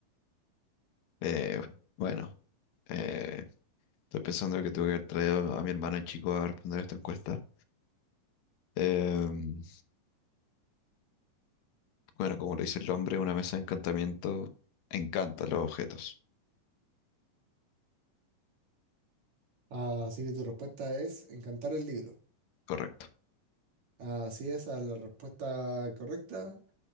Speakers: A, on the left (about 85°); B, on the right (about 60°).
A: Eh, bueno, eh, estoy pensando que tuve que haber traído a mi hermano chico a responder esta encuesta. Em, Bueno, como lo dice el nombre, una mesa de encantamiento encanta los objetos.
B: Así que tu respuesta es encantar el libro.
A: Correcto.
B: Así es, a la respuesta correcta.